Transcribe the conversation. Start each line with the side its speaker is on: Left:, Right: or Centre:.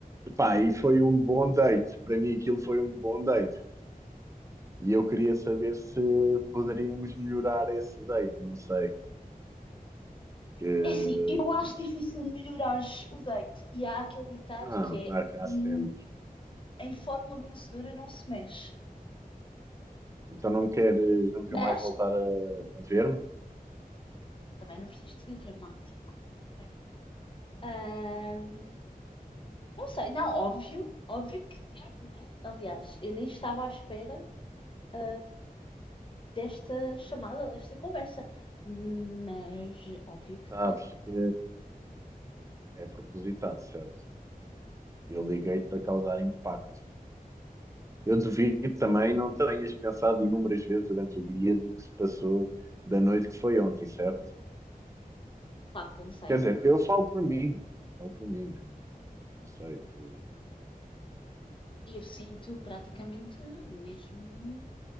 Right: Pá, e foi um bom date. Para mim, aquilo foi um bom date. E eu queria saber se poderíamos melhorar esse date. Não sei. Que
Left: É assim, eu acho
Right: isto-
Left: difícil melhorares o date. E há aquele ditado
Right: Não,
Left: que é
Right: claro que há
Left: "Hum,
Right: sempre.
Left: em fórmula vencedora não se mexe.
Right: Então não queres nunca
Left: Mas
Right: mais voltar a, a ver-me?
Left: também não preciso de ser dramático. ok? Ahn, não sei, não, óbvio, óbvio que quero, né? Aliás, eu nem estava à espera ah, desta chamada, desta conversa. Mas óbvio que
Right: Sabes
Left: quero.
Right: que é propositado, certo? Eu liguei-te para causar impacto. Eu devido também não tenhas pensado inúmeras vezes durante o dia do que se passou da noite que foi ontem, certo?
Left: Pá, pensei,
Right: Quer dizer,
Left: obviamente.
Right: eu falo por mim, falo por mim, né? Não sei, tu,
Left: E Eu sinto praticamente o mesmo.